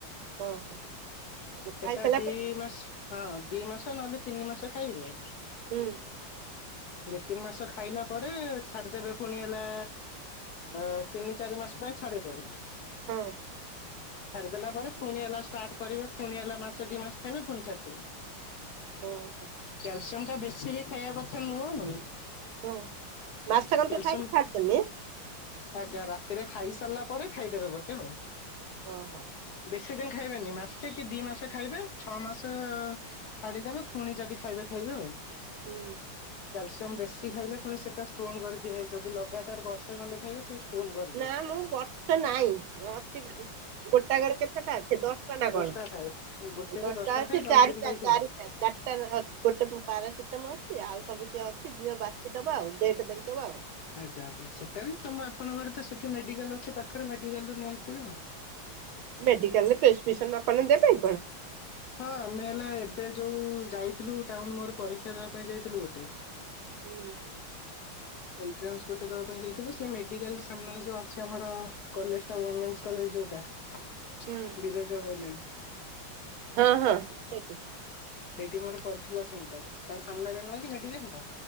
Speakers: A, on the right; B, on the left.
A: ହଁ ହଁ ଖାଇସାରିଲା
B: ସେଟା ଦି
A: ପରେ
B: ମାସ ହଁ ଦି ମାସ ନହେଲେ ତିନି ମାସ ଖାଇବେ।
A: ହୁଁ
B: ଦି ତିନି ମାସ ଖାଇଲା ପରେ ଛାଡିଦେବେ ପୁଣି ହେଲା ଆ ତିନି ଚାରି ମାସ ପାଇଁ ଛାଡିଦେବେ।
A: ହଁ
B: ଛାଡିଦେଲା ପରେ ପୁଣି ହେଲା ଷ୍ଟାର୍ଟ କରିବେ ପୁଣି ହେଲା ମାସେ ଦି ମାସ ଖାଇବେ ପୁଣି ଛାଡିଦିବେ।
A: ହଁ ହ
B: କ୍ୟାଲସିୟମ ଟା ବେଶୀ ହିଁ ଖାଇବା କଥା ନୁହଁ
A: ହଁ ମାସେ କତିରୁ
B: କ୍ୟାଲସିୟମ
A: ଖାଇକି ଛାଡିଦେମି?
B: ଆଜ୍ଞା ରାତିରେ ଖାଇସାରିଲା ପରେ ଖାଇଦେବେ ଗୋଟେ ଆଉ।
A: ହଁ ହଁ
B: ବେଶୀ ଦିନ ଖାଇବେନି ମାସେ କି ଦି ମାସ ଖାଇବେ ଛଅ ମାସ ଛାଡିଦେବେ ପୁଣି ଯଦି ଖାଇବେ ଖାଇବେ ଆଉ।
A: ହୁଁ
B: କ୍ୟାଲସିୟମ ବେଶୀ ଖାଇଲେ ପୁଣି ସେଟା ଷ୍ଟୋନ କରିଦିଆଯଏ ଯଦି ଲାଗାତାର ବର୍ଷେ ଖଣ୍ଡେ ଖାଇବେ ସେ ଷ୍ଟୋନ କରିଦିଏ।
A: ନା ମୁଁ ବର୍ଷେ ନାଇ ଅଛି ଗୋଟାକରେର କେତେଟା ଅଛି ଦଶ ଟା ନା
B: ଦଶଟା
A: କଣ
B: ଥାଏ ଗୋଟେରେ
A: ଦଶଟା ଅଛି
B: ଥାଏ ଦଶ
A: ଚାରିଟା
B: ଦିନ ପାଇଁ ଥିବ।
A: ଚାରିଟା ଚାରି ଚାରିଟା ନେଖା ଅଛି ଗୋଟେ ପାରାସିଟମ ଅଛି ଆଉ ସବୁ ସିଏ ଅଛି ଝିଅ ବାଛିଦବା ଆଉ ଡେଟ ଦେକିଦବା ଆଉ।
B: ଆଜ୍ଞା ଆଜ୍ଞା ସେଇଟା ବି ତମ ଆପଣଙ୍କର ତ ସେଠି ମେଡିକାଲ ଅଛି ପାଖରେ ମେଡିକାଲରୁ ନେଇ ଆସିବେ ଆଉ।
A: ମେଡିକାଲରେ ପ୍ରେସକ୍ରିପସନ ଆପଣ ଦେବେ କଣ?
B: ହଁ ଆମେ ହେଲା ଏବେ ଯୋଉ ଯାଇଥିଲୁ ଟାଉନ ମୋର ପରୀକ୍ଷା ଦେବା ପାଇଁ ଯାଇଥିଲୁ ଗୋଟେ।
A: ହୁଁ
B: ଏଣ୍ଟ୍ରାନ୍ସ ଗୋଟେ ଦବା ପାଇଁ ଯାଇଥିଲୁ ସେ ମେଡିକାଲ ସାମ୍ନାରେ ଯୋଉ ଅଛି ଆମର କଲେଜ ଟା ୱମେନ୍ସ କଲେଜ ଯୋଉଟା। <inaudible>
A: ହୁଁ
B: ବିରଜା ୱେମେସ
A: ହଁ ହଁ ସେଇଠି
B: ସେଇଠି ମୋର ପଡିଥିଲା ସେଣ୍ଟର ତା ସାମ୍ନାରେ ନୁହେକି ମେଡିକାଲ ଟା